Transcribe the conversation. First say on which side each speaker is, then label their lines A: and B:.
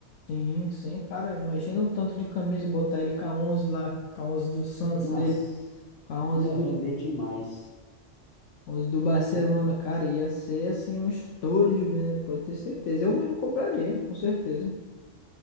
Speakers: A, on the left; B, on the left.
A: Sim, sim, cara. Imagina o tanto de camisa botar ele com a 11 lá, com a 11 do Santos
B: Nossa,
A: dele, com a 11
B: ia
A: do.
B: vender demais.
A: Os do Barcelona,
B: Ia
A: cara, ia ser assim um estouro de venda, pode ter certeza. Eu mesmo compraria, com certeza.